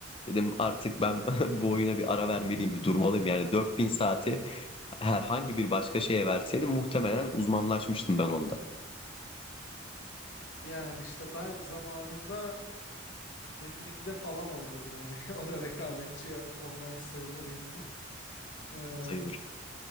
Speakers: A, on the left (about 30°); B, on the left (about 65°).
A: Dedim artık ben <laughs> bu oyuna bir ara vermeliyim, bir durmalıyım. Yani 4000 saati herhangi bir başka şeye verseydim muhtemelen uzmanlaşmıştım ben onda.
B: Yani işte ben zamanında Metin 2'de falan oynuyordum hani. <laughs> O da rekabetçi ya, online sayılır yani. Eh,
A: Sayılır.